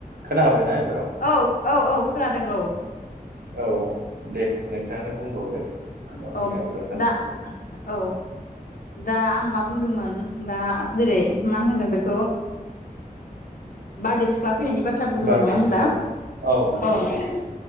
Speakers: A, on the right; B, on the left.
A: खोना हाबायना एबाराव?
B: औ औ औ खोनादों औ।
A: औ दे नोंथाङानो बुंबावदो। बावनि
B: औ
A: आद्रा थानायनिफ्राय
B: दा औ दा आं मा बुंदोंमोन दा जेरै मा होनगोन बेखौ बारदै सिख्ला फैनायनि बाथ्रा बुंदोंमोन
A: बारदै
B: नङा होनब्ला?
A: सिख्ला औ नंगौ
B: अ
A: नंगौ